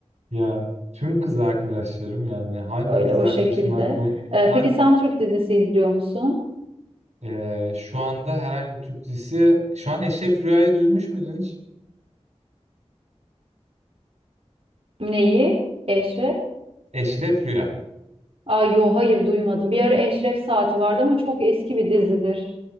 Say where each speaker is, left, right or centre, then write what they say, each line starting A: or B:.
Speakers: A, on the right (about 75°); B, on the right (about 60°).
A: Ya tüm kız arkadaşlarım yani hangi
B: Öyle
A: kız
B: o
A: arkadaşımdan
B: şekilde.
A: konu
B: Ee,
A: hangi
B: peki sen Türk dizisi izliyor musun?
A: Ee, şu anda herhangi bir Türk dizisi şu an Eşref Rüya'yı duymuş muydun hiç?
B: Neyi? Eşref?
A: Eşref Rüya.
B: Aa, yo hayır duymadım. Bir ara Eşref Saati vardı ama çok eski bir dizidir.